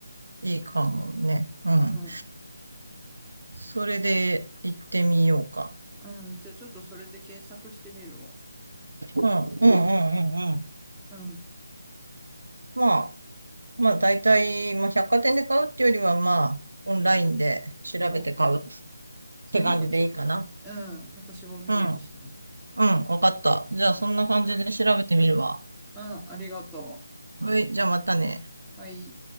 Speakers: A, on the right; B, in the centre.
A: いいかもね。うん。
B: うん、
A: それで行ってみようか。
B: うん。じゃあちょっとそれで検索してみるわ。
A: うん、うん、うん、うん。うん
B: うん、
A: まあ、まあ、大体、まあ、百貨店で買うっていうよりは、まあ、オンラインで調べて買うっ
B: そうね。その方がき、
A: て感じでいいかな。
B: うん、私も見れるしね。
A: うん、うん、わかった。じゃあ、そんな感じで調べてみるわ。
B: うん、うん、ありがと
A: はい、じゃあまたね。
B: う。はい。